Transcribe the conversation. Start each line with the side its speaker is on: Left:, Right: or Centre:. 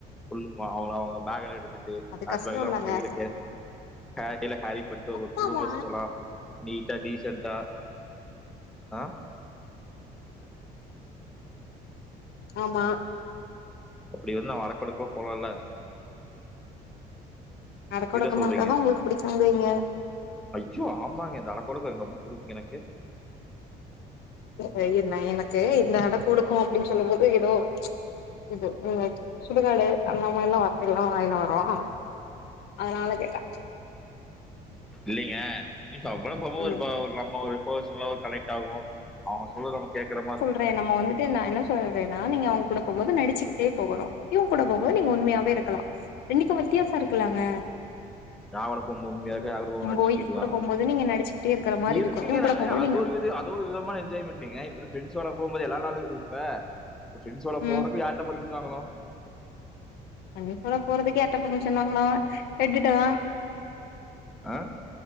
Centre: ஆமா அவங்கள அவங்க பேக் எல்லா எடுத்துட்டு
Left: அது
Centre: ஹேண்ட்
Left: கஷ்டோ
Centre: பேக்லா
Left: இல்லங்க
Centre: நம்ம கைல கே க்கலா ஹேரி பண்ணிட்டு
Left: அப்பாவா
Centre: ஒரு குடும்பஸ்தனா நீட்டா டீசண்டா அ
Left: ஆமா
Centre: அப்டி வந்தா அடக்கொடுக்மா போலால்ல
Left: அடக்கொடக்கமா
Centre: என்ன சொல்றீங்க?
Left: இருக்கதா உங்களுக்கு பிடிச்சா மாரி இருங்க
Centre: ஐயோ ஆமாங்க இந்த அடக்கொடுக்கு எங்க ரொம் புடிக்குங்க எனக்கு
Left: இ என்ன எனக்கு இந்த அடக்கொடுக்கோ அப்படின் சொல்லும் போது எதோ இது நீங்க சுடுகாடு அந்த மாரில்லா எல்லா வாயில வரும் அதனால கேட்ட
Centre: இல்லைங்க இப்ப அவ கூட போம்மோது
Left: ம்
Centre: ஒரு பா ஒரு நம்ம ஒரு பர்ஸ்னலா ஒரு கனெக்ட் ஆகும் அவங்க சொல்லறது நம் கேக்குற மாரி இருக்
Left: இப்ப நம்ம வந்துட்டு நா என்ன சொல்றேன்னா நீங்க அவங்க கூட போம்போது நடிச்சுக்கிட்டே போகணு உன் கூட போம்போது நீங்க உண்மையாவே இருக்கலாம் இன்னைக்கும் வித்தியாசம் இருக்குலங்க
Centre: நா ஒரு பொம் உண்மையா இருக்க அவரு ஒரு
Left: உங்க
Centre: நடிச்சுட்ருக்கலா
Left: ஒய்ஃப் கூட போகும்போது நீங்க நடிச்சுக்கிட்டே இருக்கிற மாரி
Centre: எதுக்குங்கன்னா
Left: இருக்கு இவங்க கூட போகும்போது
Centre: ஏ அது
Left: நீங்க
Centre: ஒரு விது இது ஒரு விதமான என்ஜாய்மெண்ட்டுங்க இப்ப வந்து ஃப்ரெண்ட்ஸ்ஷோட போம்போது எல்லா நாளு இப்ப ஃப்ரெண்ட்ஸ்ஷோட
Left: ம்
Centre: போறத் இது யார்ட்ட பர்மிஷன் வாங்கனோ
Left: தண்ணி போட போறதுக்கு யார்ட்ட பர்மிஷன் வாங்கனோ என் கிட்ட தா
Centre: ஆ